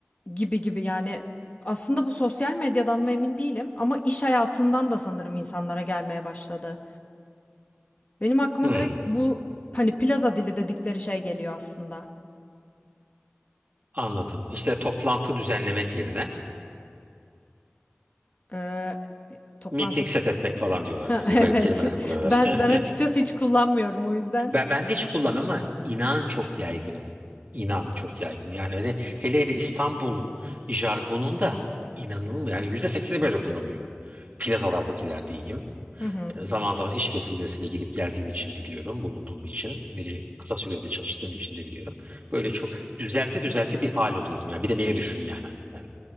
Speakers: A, on the left; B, on the right.
A: gibi gibi yani aslında bu sosyal medyadan mı emin değilim ama iş hayatından da sanırım insanlara gelmeye başladı. Benim aklıma
B: Hmm.
A: direkt bu hani plaza dili dedikleri şey geliyor aslında.
B: Anladım. İşte toplantı düzenlemek yerine
A: Ee, toplantı
B: meeting set
A: <laughs>
B: etmek falan diyorlar
A: Ha,
B: böyle garip
A: evet
B: kelimeler kullanırlar.
A: ben
B: <laughs>
A: ben açıkçası hiç kullanmıyorum o yüzden.
B: Ben, ben de hiç kullanmıyorum ama inan çok yaygın. İnan çok yaygın. Yani öyle, hele hele İstanbul jargonunda inanılmıyor. Yani yüzde sekseni böyle kullanıyor. Plazalardakiler diyeyim.
A: Hı hı.
B: Zaman zaman iş vesilesiyle gidip geldiğim için biliyorum, bulunduğum için. Biri kısa sürede çalıştığım için de biliyorum. Böyle çok düzelte düzelte bir hal oluyordum. Yani bir de beni düşün yani hani ben